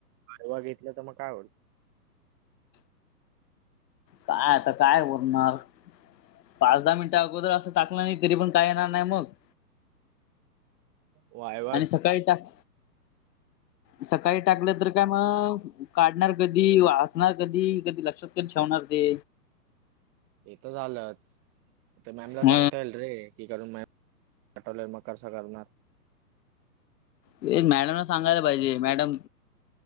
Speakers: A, on the right; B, on the left.
A: आडवा घेतलं त मग काय होईल?
B: काय आता काय उरणार. पाच दहा मिनिटं अगोदर असं टाकलं ना. तरी पण काय येणार नाही मग.
A: वाय.
B: आणि सकाळी टाक सकाळी टाकलं तर काय मग. काढणार कधी वाचणार कधी कधी लक्षात ते ठेवणार ते.
A: ते तर झालंच मॅमला
B: हम
A: सांगता येईल रे. क करून म आठवले मग कसं करणार.
B: ते मॅडम ना सांगायला पाहिजे मॅडम.